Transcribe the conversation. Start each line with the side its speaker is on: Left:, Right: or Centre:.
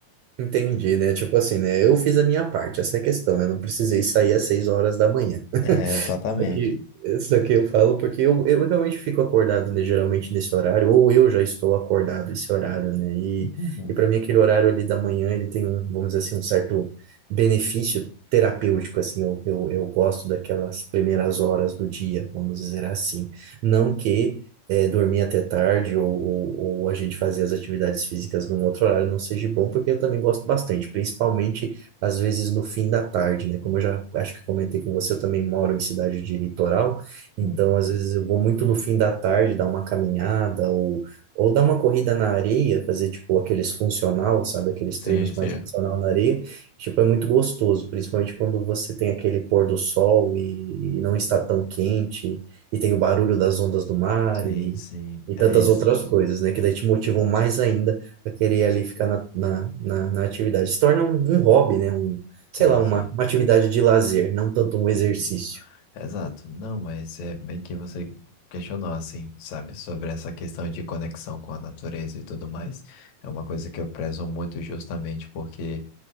Right: Entendi, né? Tipo assim, né? Eu fiz a minha parte, essa é a questão, né? Não precisei sair às seis horas da manhã.
Left: É, exatamente.
Right: Só que, isso aqui eu falo porque eu, eu realmente fico acordado, né, geralmente nesse horário, ou eu já estou acordado esse horário, né? E,
Left: Uhum,
Right: e para mim aquele horário ali da manhã, ele tem um, vamos dizer assim, um certo benefício terapêutico, assim, eu, eu, eu gosto daquelas primeiras horas do dia, vamos dizer assim. Não que eh, dormir até tarde ou, ou, ou a gente fazer as atividades físicas num outro horário não seja bom, porque eu também gosto bastante, principalmente às vezes no fim da tarde, né? Como eu já acho que comentei com você, eu também moro em cidade de litoral, então
Left: uhum.
Right: às vezes eu vou muito no fim da tarde dar uma caminhada ou, ou dar uma corrida na areia, fazer tipo aqueles funcional, sabe? Aqueles
Left: Sim,
Right: treinos
Left: sim.
Right: mais funcional na areia. Tipo, é muito gostoso, principalmente quando você tem aquele pôr do sol e, e não
Left: Uhum.
Right: está tão quente, e tem o barulho das ondas do mar
Left: Sim,
Right: e,
Left: sim.
Right: e
Left: É
Right: tantas
Left: isso.
Right: outras coisas, né? Que daí te motivam mais ainda pra querer ali ficar na, na, na, na atividade. Se torna um, um hobby, né? Um, sei
Left: Sim,
Right: lá, uma,
Left: sim.
Right: uma atividade de lazer, não tanto um exercício.
Left: Uhum. Exato. Não, mas é bem que você questionou, assim, sabe, sobre essa questão de conexão com a natureza e tudo mais. É uma coisa que eu prezo muito justamente porque